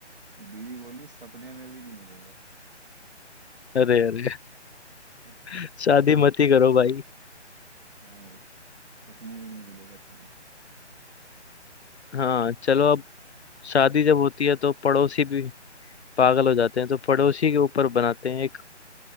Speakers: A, on the right; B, on the left.
A: बीवी बोली सपने में भी नहीं मिलेगा
B: अरे अरे
A: <laughs>
B: <laughs> शादी मत ही करो भाई
A: हाँ भाई सपने में भी नहीं मिलेगा चैन
B: हाँ चलो अब शादी जब होती है तो पड़ोसी भी पागल हो जाते हैं तो पड़ोसी के ऊपर बनाते हैं एक